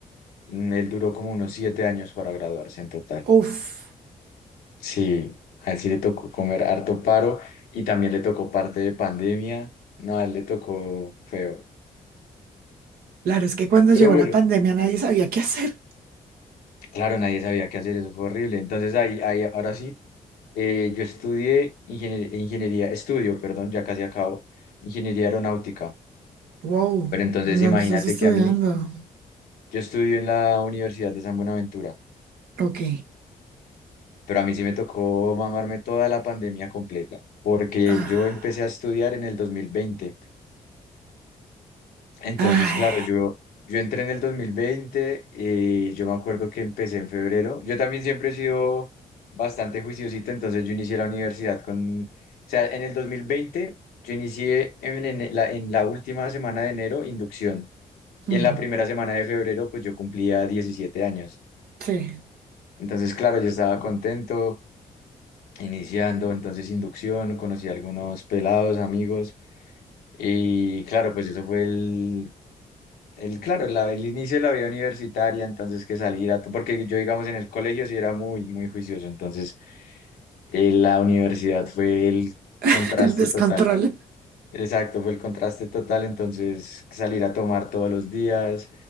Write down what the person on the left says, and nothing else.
mm, él duró como unos siete años para graduarse en total.
Sí, a él sí le tocó comer harto paro y también le tocó parte de pandemia. No, a él le tocó feo.
Pero
bueno,
claro, nadie sabía qué hacer, eso fue horrible. Entonces ahí, ahí ahora sí. Eh, yo estudié ingenier- ingeniería, estudio, perdón, ya casi acabo, ingeniería aeronáutica.
Pero entonces
imagínate
que a mí, yo estudio en la Universidad de San Buenaventura,
pero a mí sí me tocó mamarme toda la pandemia completa, porque
yo empecé a estudiar en el dos mil veinte Entonces,
claro, yo, yo entré en el 2020 y yo me acuerdo que empecé en febrero. Yo también siempre he sido bastante juiciosito, entonces yo inicié la universidad con, o sea, en el 2020 yo inicié en, en la, en la última semana de enero inducción y
en la primera semana de febrero pues yo cumplía 17 años.
Entonces, claro, yo estaba contento iniciando, entonces inducción, conocí a algunos pelados, amigos y claro, pues eso fue el El, claro, la- el inicio de la vida universitaria, entonces que salir a... to- Porque yo, digamos, en el colegio sí era muy, muy juicioso, entonces eh, la universidad fue el
contraste
total. Exacto, fue el contraste total, entonces salir a tomar todos los días,